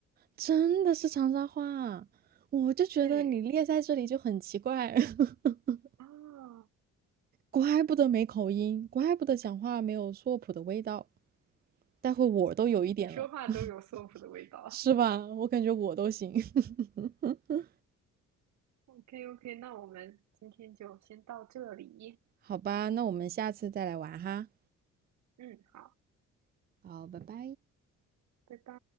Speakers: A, on the right (about 35°); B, on the right (about 65°).
A: 真的是长沙话，我就觉得你列在这里就很奇怪，
B: 对
A: <laughs>
B: 啊，
A: 怪不得没口音，怪不得讲话没有硕普的味道。待会我都有一点了，
B: 你说话都有
A: <laughs>
B: soap 的味道。
A: 是吧？我感觉我都行。<laughs>
B: OK OK，那我们今天就先到这里。
A: 好吧，那我们下次再来玩哈。
B: 嗯，好，
A: 好，拜拜。
B: 拜拜。